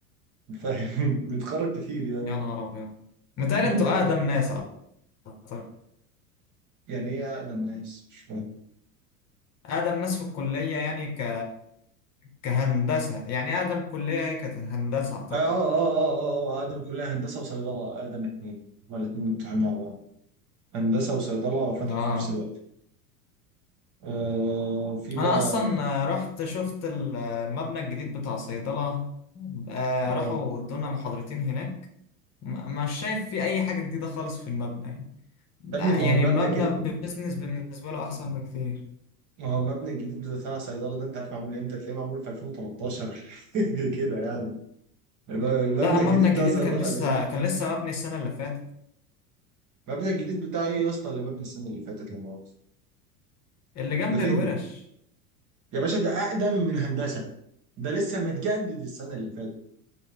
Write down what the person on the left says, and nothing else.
يا نهار ابيض متهيألي
انتوا
اقدم ناس أعتقد.
اقدم ناس في الكلية يعني ك كهندسة يعني اقدم كلية هي كانت هندسة اعتقد
اه
انا اصلا رحت شفت المبنى الجديد بتاع صيدلة آه،
راحوا ادونا محاضرتين هناك م- مش شايف في اي حاجة جديدة خالص في المبنى يعني
يعني
المبنى
بيزنس بالنسبة له احسن بكتير
لا المبنى
الجديد
كان لسه
كان لسه مبني السنة اللي فاتت
اللي جنب
الورش